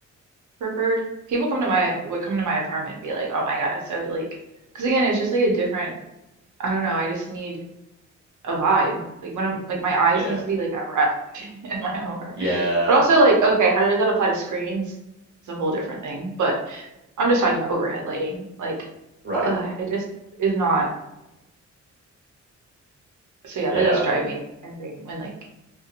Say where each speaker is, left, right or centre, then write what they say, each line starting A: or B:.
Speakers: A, on the right (about 70°); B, on the right (about 35°).
A: preferred. People come to my would come to my apartment and be like, "Oh my God, it's so like." Because again, it's just like a different. I don't know. I just need a vibe. Like when I'm like my eyes
B: yeah.
A: need to be like at rest <laughs> in my own room.
B: Yeah.
A: But also like, okay, how does that apply to screens? It's a whole different thing. But I'm just talking about overhead lighting. Like,
B: Right.
A: uh, it just is not. So yeah,
B: Yeah.
A: that does drive me insane when like